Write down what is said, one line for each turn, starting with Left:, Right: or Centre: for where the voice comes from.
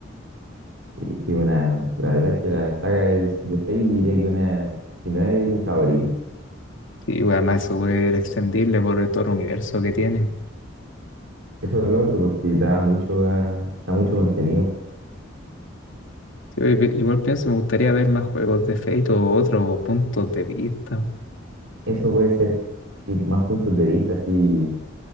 Right: Y sí, una, la verdad es que la saga es de Fate diría que una, si no es mi favorita.
Left: y bueno, además es súper extendible por todo el universo que tiene.
Right: Eso es lo otro, porque da mucho, a- da mucho contenido.
Left: Sí, pues, pi- igual pienso, me gustaría ver más juegos de Fate o otros puntos de vista.
Right: Eso puede ser y más puntos de vista, así,